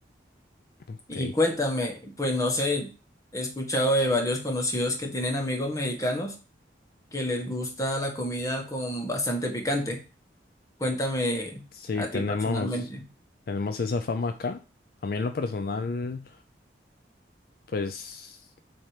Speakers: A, on the left; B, on the left.
A: ok.
B: Y cuéntame, pues no sé, he escuchado de varios conocidos que tienen amigos mexicanos que les gusta la comida con bastante picante. Cuéntame
A: Sí,
B: a
A: tenemos,
B: ti personalmente.
A: tenemos esa fama acá. A mí en lo personal, pues